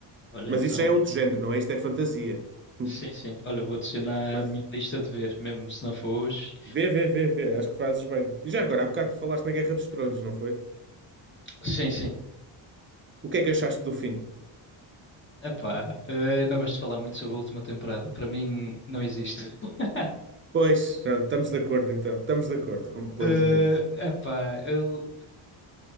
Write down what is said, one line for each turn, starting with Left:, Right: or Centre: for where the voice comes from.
Left: Olha,
Right: mas
Left: então,
Right: isso já é outro género, não é? Isto é fantasia. <laughs>
Left: sim, sim. Olha, vou adicionar
Right: Mas
Left: à minha lista de ver, mesmo se não for hoje.
Right: vê, vê, vê, vê, acho que fazes bem. E já agora, há bocado falaste na Guerra dos Tronos, não foi?
Left: Sim, sim.
Right: O que é que achaste do fim?
Left: Epá, eh, não gosto de falar muito sobre a última temporada. Para mim, não existe. <laughs>
Right: Pois, pronto, estamos de acordo então, estamos de acordo completamente.
Left: Eh, epá, ele